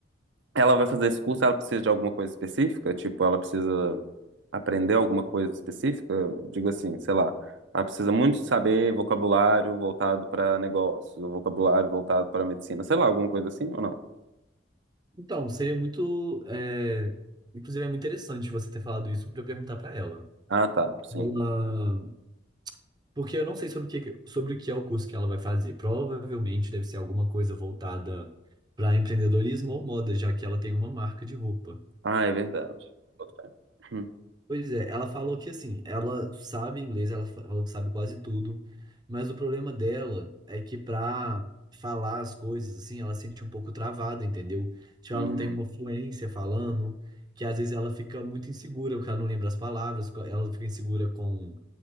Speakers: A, on the right; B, on the right.
A: Ela vai fazer esse curso, ela precisa de alguma coisa específica? Tipo, ela precisa aprender alguma coisa específica? Digo assim, sei lá, ela precisa muito saber vocabulário voltado para negócios, ou vocabulário voltado para medicina, sei lá, alguma coisa assim ou não?
B: Então, seria muito, é, inclusive é muito interessante você ter falado isso para eu perguntar para ela.
A: Ah, tá, sim.
B: Ela, porque eu não sei sobre o que, sobre o que é o curso que ela vai fazer. Provavelmente deve ser alguma coisa voltada para empreendedorismo ou moda, já que ela tem uma marca de roupa.
A: Ah, é verdade. Boto fé. Hum,
B: Pois é, ela falou que assim, ela sabe inglês, ela fa- falou que sabe quase tudo, mas o problema dela é que pra falar as coisas, assim, ela se sente um pouco travada, entendeu? Tipo,
A: hum,
B: ela não tem uma fluência falando, que às vezes ela fica muito insegura, porque ela não lembra as palavras, co- ela fica insegura com